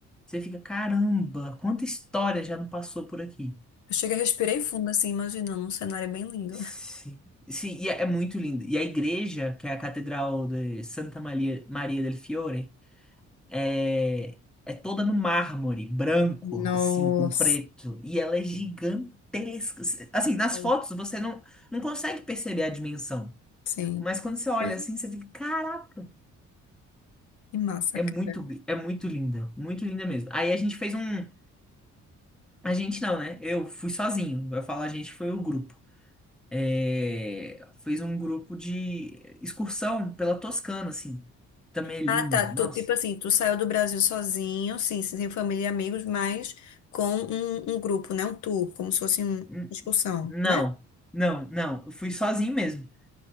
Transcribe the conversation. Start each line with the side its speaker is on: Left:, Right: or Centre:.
Centre: você fica, caramba, quanta história já não passou por aqui.
Left: Eu cheguei, respirei fundo, assim, imaginando. Um cenário bem lindo.
Centre: Sim, sim, e é é muito lindo. E a igreja, que é a Catedral de Santa Maria, Maria del Fiore, é, é toda no mármore branco,
Left: Nossa,
Centre: assim, com preto. E ela é gigantesca. Assim,
Left: Uau.
Centre: nas fotos você não, não consegue perceber a dimensão.
Left: sim.
Centre: Mas quando você olha
Left: Que
Centre: assim, você fica, caraca,
Left: massa,
Centre: é
Left: cara.
Centre: muito, é muito linda, muito linda mesmo. Aí a gente fez um. A gente não, né? Eu fui sozinho. Vai falar, a gente foi o grupo. é, fez um grupo de excursão pela Toscana, assim. Também é linda,
Left: Ah, tá.
Centre: nossa.
Left: Tu, tipo assim, tu saiu do Brasil sozinho, sim, sem família e amigos, mas com um, um grupo, né? Um tour, como se fosse um- uma
Centre: Hum,
Left: excursão,
Centre: Não,
Left: né?
Centre: não, não. Eu fui sozinho mesmo.